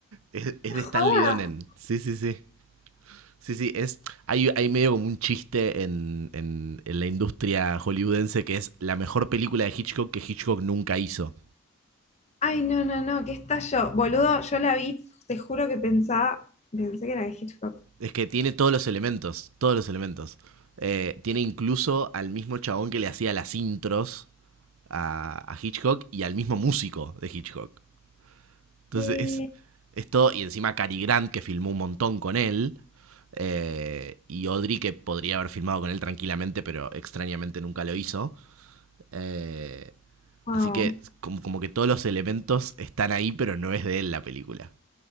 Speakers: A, on the right (about 75°); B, on the left (about 30°).
A: es, es
B: ¡Qué
A: de
B: joda!
A: Stanley Donen. Sí, sí, sí. Sí, sí, es, hay, hay medio como un chiste en, en- en la industria hollywoodense que es la mejor película de Hitchcock que Hitchcock nunca hizo.
B: Ay, no, no, no, qué estallo. Boludo, yo la vi, te juro que pensaba, pensé que era de Hitchcock.
A: Es que tiene todos los elementos, todos los elementos. Eh, tiene incluso al mismo chabón que le hacía las intros a, a Hitchcock y al mismo músico de Hitchcock. Entonces
B: Eh,
A: es, es todo. Y encima Cary Grant, que filmó un montón con él. eh, y Audrey, que podría haber filmado con él tranquilamente, pero extrañamente nunca lo hizo. Eh,
B: wow.
A: así que como, como que todos los elementos están ahí, pero no es de él la película.